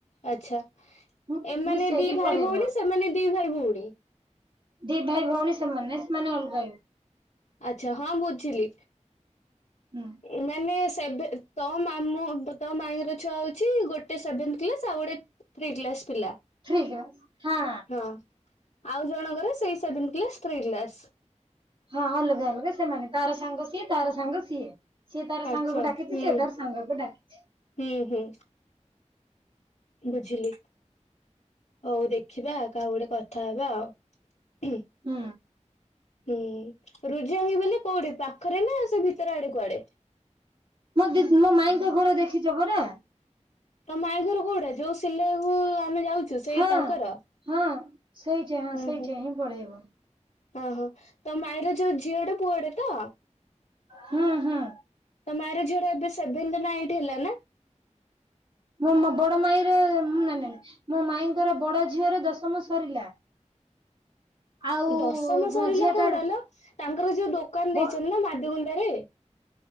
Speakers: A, on the left (about 60°); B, on the right (about 40°).
A: ଆଚ୍ଛା।
B: ହଁ
A: ଏମାନେ
B: ମିଶେଇକି
A: ଦି ଭାଇ
B: ପଢେଇବ
A: ଭଉଣୀ ସେମାନେ ଦି ଭାଇ ଭଉଣୀ
B: ଦି ଭାଇ ଭଉଣୀ ସେମାନେ ସେମାନେ ଅଲ୍ଗା ଅଲ୍
A: ଆଚ୍ଛା ହଁ ବୁଝିଲି।
B: ହୁଁ।
A: ଏମାନେ ସେଭେ ତ ମାମୁଁ ତ ମାଇଙ୍କର ଛୁଆ ହଉଛି ଗୋଟେ ସେଭେନ୍ଥ କ୍ଲାସ୍ ଆଉ ଗୋଟେ ଥ୍ରୀ କ୍ଲାସ୍ ପିଲା।
B: ଥ୍ରି କ୍ରାସ୍ ହଁ।
A: ହଁ ଆଉ ଜଣଙ୍କର ସେଇ ସେଭନ୍ କ୍ଲାସ୍ ଥ୍ରୀ କ୍ଲାସ୍।
B: ହଁ ଅଲଗା ଅଲଗା ସେମାନେ ତାର ସାଙ୍ଗ ସିଏ ତାର ସାଙ୍ଗ ସିଏ। ସିଏ ତାର ସାଙ୍ଗକୁ
A: ଆଚ୍ଛା।
B: ଡ଼ାକିଛି
A: ହୁଁ
B: ସେ ତାର ସାଙ୍ଗକୁ ଡ଼ାକିଛି।
A: ହୁଁ ହୁଁ। ବୁଝିଲି। ହଉ ଦେଖିବା କାହା ଗୋଟେ କଥା ହବା ଆଉ।
B: ହୁଁ।
A: ହୁଁ ରୁଜା ହଇ ବୋଲି କୋଉଠି ପାଖରେ ନା ସେ ଭିତରେ ଆଡ଼େ କୁଆଡ଼େ?
B: ମୋ ଦି ମୋ ମାଇଁଙ୍କ ଘର ଦେଖିଛ ପରା।
A: ତ ମାଇଁ ଘର କୋଉଟା ଯୋଉ ସିଲେଇବାକୁୁ ଆମେ ଯାଉଛୁ ସେଇ
B: ହଁ
A: ତାଙ୍କର?
B: ହଁ ସେଇଠି ହଁ
A: ହୁଁ
B: ସେଇଠି
A: ହୁଁ
B: ହିଁ ପଳେଇବ।
A: ଓହୋ ତ ମାଇଁର ଯୋଉ ଝିଅଟେ ପୁଅଟେ ତ?
B: ହଁ ହଁ।
A: ତ ମାଇଁର ଝିଅଟା ଏବେ ସେଭେନ୍ଥ ନା ଏଇଟ୍ ହେଲାନା?
B: ମୋ ମୋ ବଡ଼ ମାଇଁର ନାଇଁ ନାଇଁ ମୋ ମାଇଙ୍କର ବଡ଼ ଝିଅର ଦଶମ ସରିଲା। ଆଉ
A: ଦଶମ ସରିଲା
B: ମଝିଆଟାର
A: କୋଉଟାଲୋ ତାଙ୍କର ଯୋଉ ଦୋକାନ
B: ବ
A: ଦେଇଛନ୍ତି ନା ମାଧୁଗୁନ୍ଦାରେ?